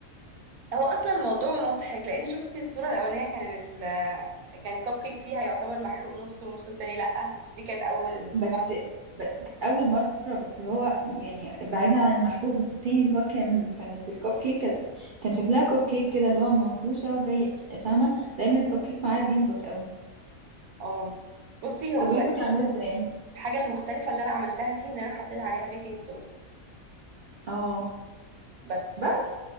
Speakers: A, on the right; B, on the right.
A: هو اصلا الموضوع مضحك لان شفتي الصورة الاولانية كان ال كان الكب كيك فيها يعتبر محروق نص ونص التاني لأ بس دي كانت اول
B: بس
A: مرة
B: ب- اول مره بس هو يعني بعيدا عن المحروق بس التاني اللي هو كان كانت الكب كيك كانت كان شكلها كب كيك كده اللي هو منفوشه وجاي فاهمه دايما الكب كيك معايا بيهبط قوي
A: اه بصي هو
B: طب ودي كنت عاملاه ازاي
A: الحاجة المختلفة اللي أنا عملتها فيه إن أنا حطيت عليها بيكنج صودا
B: اه
A: بس
B: بس